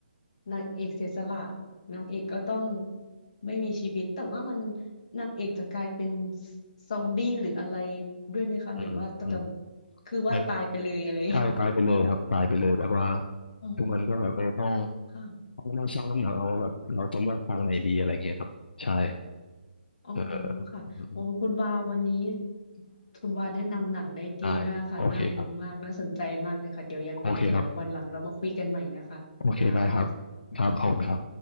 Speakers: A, on the left; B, on the left.
A: นางเอกเสียสละนางเอกก็ต้องไม่มีชีวิตแต่ว่ามันนางเอกจะกลายเป็นซอมบี้หรืออะไรด้วยไหมคะหรือว่าต้อง
B: อืมอืม
A: คือว่าตายไปเลยอะไรอย่างเงี้ย
B: เหมันใช่ตายไปเลยครับตายไปเลยแบบว่า
A: อ๋อ
B: ทุกมันก็แบบเออต้อง
A: ค่ะ
B: ต้องนั่งชั่งน้ำหนักเอาว่าแบบเราจะเลือกฟังไหนดีอะไรเงี้ยครับใช่
A: อ๋อ
B: เออ
A: ค่ะโอ้คุณวาวันนี้
B: อืมอืม
A: คุณวาแนะนำหนังได้ดีมากค่ะ
B: ได้โอเคครับ
A: น่าดูมาก น่าสนใจมากเลยค่ะ เดี๋ยวยังไง
B: โอเคครับ
A: เดี๋ยววันหลังเรามาคุยกันใหม่นะคะ
B: โอเคได้ครับ
A: ค่ะ
B: ครับขอบคุณครับ